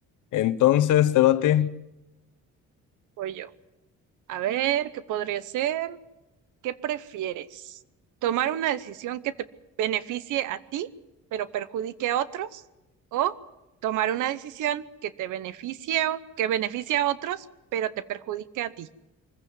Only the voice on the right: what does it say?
Voy yo. A ver, ¿qué podría ser? ¿Qué prefieres? ¿Tomar una decisión que te beneficie a ti, pero perjudique a otros? ¿O tomar una decisión que te beneficie, o- que beneficie a otros, pero te perjudique a ti?